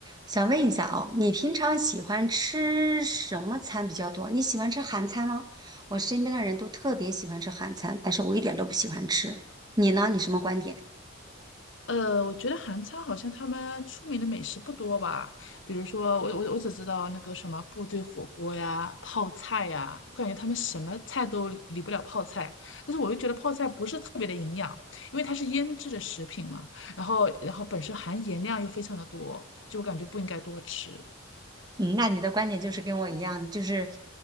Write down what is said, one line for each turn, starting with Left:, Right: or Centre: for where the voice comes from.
Right: 想问一下哦，你平常喜欢吃什么餐比较多？你喜欢吃韩餐吗？我身边的人都特别喜欢吃韩餐，但是我一点都不喜欢吃。你呢？你什么观点？
Left: 呃，我觉得韩餐好像他们出名的美食不多吧，比如说我我我只知道那个什么部队火锅呀、泡菜呀，我感觉他们什么菜都离不了泡菜，但是我又觉得泡菜不是特别的营养，因为它是腌制的食品嘛，然后然后本身含盐量又非常的多，就我感觉不应该多吃。
Right: 嗯，那你的观点就是跟我一样的，就是